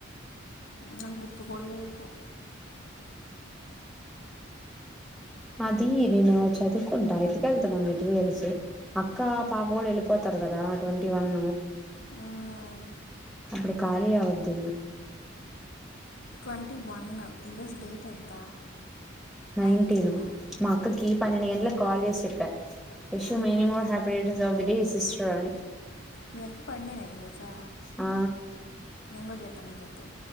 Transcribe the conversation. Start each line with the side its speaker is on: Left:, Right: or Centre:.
Left: నాకు గుర్తుకుడలేవు
Centre: అది నేను చదువుకుంట ఎత్తుకెళ్తున్న మెటీరియల్స్ అక్క పాప కూడా వెళ్ళిపోత్ తరు కదా ట్వంటీ వన్
Left: మ్మ్
Centre: ఇప్పుడు ఖాళీ ఆవద్దు
Left: ట్వంటీ వన్ ఈ రోజు డేట్ ఎంత
Centre: నైన్టీను
Left: నైన్టీనా
Centre: మా అక్కకి పన్నెండు గంటలకు కాల్ చేసి చెప్ప విష్
Left: ఏమన్నా
Centre: యూ many more happy return of the days mister అని
Left: మీ అక్క బర్డే నా ఈ రోజా
Centre: ఆ
Left: నేను కూడా చెప్పాను అని చెప్పు